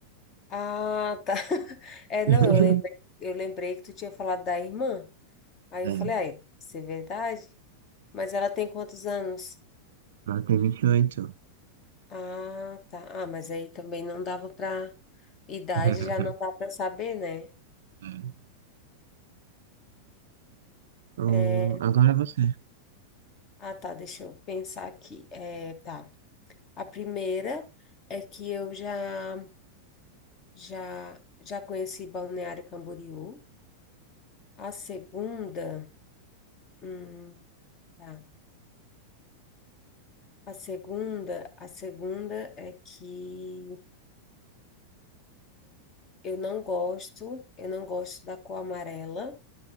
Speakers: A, on the left (about 30°); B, on the right (about 60°).
A: Ah, tá. <laughs> É, não,
B: <laughs>
A: eu lembrei, eu lembrei que tu tinha falado da irmã. Aí eu
B: É,
A: falei, ai, isso é verdade? Mas ela tem quantos anos?
B: ela tem 28.
A: Ah, tá. Ah, mas aí também não dava pra. Idade
B: <laughs>
A: já não dá pra saber, né?
B: É. Hum,
A: É,
B: agora é você.
A: Ah, tá. Deixa eu pensar aqui. É, tá. A primeira é que eu já. Já, já conheci Balneário Camboriú. A segunda, hum, tá. A segunda, a segunda é que eu não gosto, eu não gosto da cor amarela.